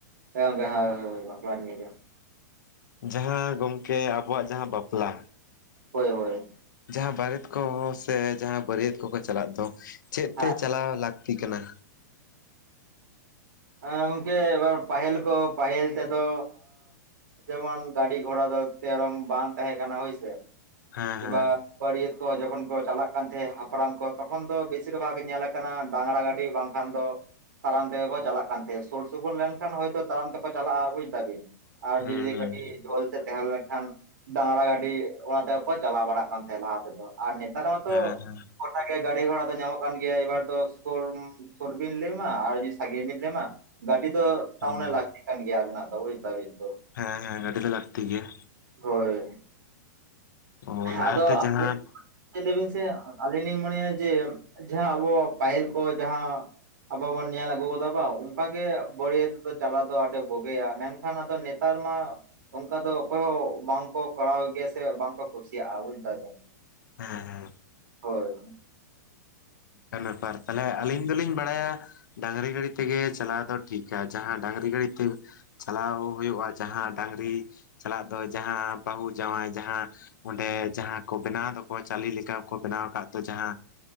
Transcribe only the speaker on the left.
ᱡᱟᱦᱟᱸ ᱜᱚᱝᱠᱮ ᱟᱵᱚᱣᱟᱜ ᱡᱟᱦᱟᱸ ᱵᱟᱯᱞᱟ
ᱡᱟᱦᱟᱸ ᱵᱟᱨᱮᱛ ᱠᱚ ᱥᱮ ᱡᱟᱦᱟᱸ ᱵᱟᱹᱨᱭᱟᱹᱛ ᱠᱚᱠᱚ ᱪᱟᱞᱟᱜ ᱫᱚ ᱪᱮᱫ
ᱛᱮ ᱪᱟᱞᱟᱣ ᱞᱟᱠ ᱛᱤ ᱠᱟᱱᱟ?
ᱦᱮᱸ
ᱦᱮᱸ
ᱦᱩᱸ
ᱦᱩᱸ
ᱦᱮᱸ ᱦᱮᱸ
ᱦᱮᱸ
ᱦᱮᱸ ᱦᱮᱸ ᱜᱟᱹᱰᱤ ᱫᱚ ᱞᱟᱹᱠᱛᱤ ᱜᱮᱭᱟ᱾
ᱚ
ᱞᱟᱦᱟᱛᱮ
ᱡᱟᱦᱟᱸ
ᱦᱮᱸ ᱦᱮᱸ
ᱚᱱᱠᱟᱱ ᱵᱮᱯᱟᱨ ᱛᱟᱦᱚᱞᱮ ᱟᱹᱞᱤᱧ ᱫᱚᱞᱤᱧ ᱵᱟᱲᱟᱭᱟ ᱰᱟᱹᱝᱨᱤ ᱜᱟᱹᱰᱤ ᱛᱮᱜᱮ ᱪᱟᱞᱟᱣ ᱫᱚ ᱴᱷᱤᱠ-ᱟ ᱡᱟᱦᱟᱸ ᱰᱟᱝᱨᱤ ᱜᱟᱹᱰᱤ ᱛᱮ ᱪᱟᱞᱟᱣ ᱦᱩᱭᱩᱜᱼᱟ ᱡᱟᱦᱟᱸ ᱰᱟᱝᱨᱤ ᱥᱟᱞᱟᱜ ᱫᱚ ᱡᱟᱦᱟᱸ ᱵᱟᱹᱦᱩ ᱡᱟᱶᱟᱸᱭ ᱡᱟᱦᱟᱸ ᱚᱸᱰᱮ ᱡᱟᱦᱟᱸ ᱠᱚ ᱵᱮᱱᱟᱣ ᱫᱚᱠᱚ ᱪᱟᱞᱤ ᱞᱮᱠᱟ ᱠᱚ ᱵᱮᱱᱟᱣ ᱟᱠᱟᱫ ᱫᱚ ᱡᱟᱦᱟᱸ